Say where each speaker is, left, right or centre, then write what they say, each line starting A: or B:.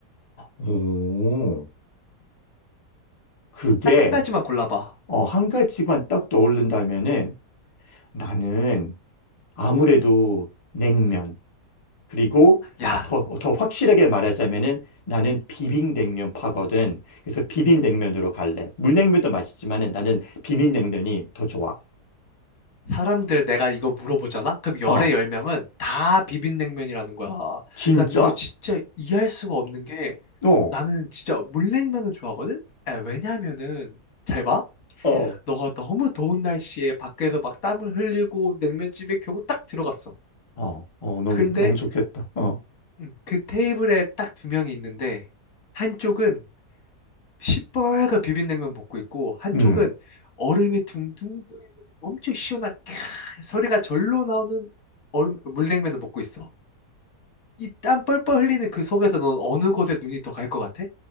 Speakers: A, on the left; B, on the left.
A: 오, 그게,
B: 딱 한 가지만 골라봐.
A: 어, 한 가지만 딱 떠오른다면은 나는 아무래도 냉면. 그리고
B: 야,
A: 더, 더 확실하게 말하자면은 나는 비빔냉면파거든. 그래서 비빔냉면으로 갈래. 물냉면도 맛있지만은 나는 비빔냉면이 더 좋아.
B: 사람들 내가 이거 물어보잖아? 그럼 열의
A: 어,
B: 열 명은 다 비빔냉면이라는 거야.
A: 진짜?
B: 난 이거 진짜 이해할 수가 없는 게
A: 어.
B: 나는 진짜 물냉면을 좋아하거든? 아, 왜냐면은, 잘 봐.
A: 어.
B: 너가 너무 더운 날씨에 밖에서 막 땀을 흘리고 냉면집에 겨우 딱 들어갔어.
A: 어, 어, 너무,
B: 근데
A: 너무 좋겠다. 어,
B: 음, 그 테이블에 딱 두 명이 있는데, 한쪽은 시뻘건 비빔냉면 먹고 있고, 한쪽은
A: 음.
B: 얼음이 둥둥 떠 있는 엄청 시원한 캬, 소리가 절로 나오는 얼음, 물냉면을 먹고 있어. 이 땀 뻘뻘 흘리는 그 속에서 넌 어느 곳에 눈이 더 갈 것 같아?